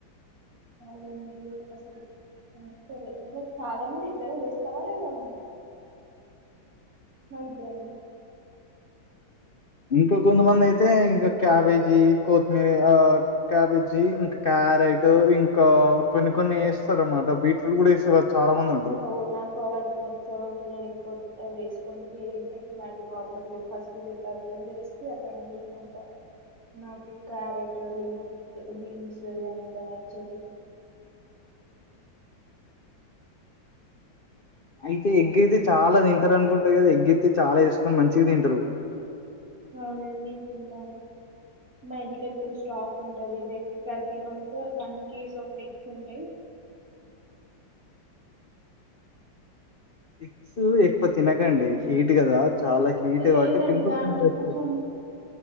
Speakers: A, on the right; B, on the left.
A: అవునండి అసలు <unintelligible> అక్కలేదు చాలా మంది ఇప్పుడనే చేస్తారా లేదమ్ మనిద్దరమేనా
B: ఇంకా కొంతమంది అయితే ఇంకా క్యాబేజీ కొతిమీర క్యాబేజీ ఇంకా క్యారెట్ ఇంకా కొన్ని కొన్ని వేస్తారు అన్నమాట బీట్రూట్ కూడా వేస్తే కదా చాలా మంది ఉంట
A: ఓ నాకు ఎక్వచ్చవన్ ఎక్కువ వేసుకని ప్లెన్ ఎగ్ మ్యాగ్ నార్మల్ మీరు ఫస్ట్ చెప్ప <unintelligible> అర్లనా తీసుకుంటా <unintelligible> నాకు క్యారెట్ ఇ బీ బీన్స్ ఇది అంతా నచ్చదు
B: అయితే ఎగ్ అయితే చాలా తింటారు అనుకుంటా కదా ఎగ్ అయితే చాలా వేసుకొని మంచిగా తింటారు
A: అవునండి తింటాను మా ఇంట్లో ఎప్పుడు స్టాక్ ఉంటు ఉంటది ద ప్రతి month one case of eggs ఉంటాయి
B: ఎగ్స్ ఎక్కువ తినకండి హీట్ కదా చాలా హీట్
A: లేదండి
B: కాబట్టి పింపుల్స్
A: దానికి
B: అనే వస్తాయి
A: కుకుం